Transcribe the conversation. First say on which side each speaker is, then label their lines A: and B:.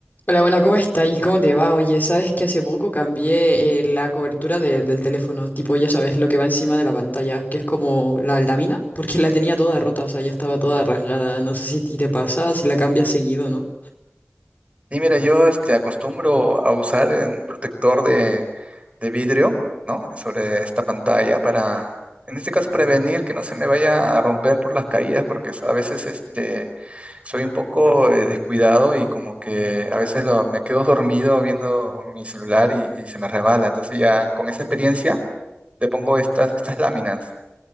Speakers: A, on the left; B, on the right.
A: Hola, bueno, ¿cómo está? ¿Y cómo te va? Oye, sabes que hace poco cambié eh, la cobertura de- del teléfono, tipo, ya sabes, lo que va encima de la pantalla, que es como la lámina, porque la tenía toda rota, o sea, ya estaba toda rasgada. No sé si a ti te pasa, si la cambias seguido, ¿no?
B: Sí, mira, yo este, acostumbro a usar eh, un protector de, de vidrio, ¿no? Sobre esta pantalla para, en este caso, prevenir que no se me vaya a romper por las caídas, porque s- a veces este, soy un poco eh, descuidado y como que a veces lo- me quedo <laughs> dormido viendo mi celular y, y se me resbala. Entonces ya con esa experiencia le pongo estas, estas láminas.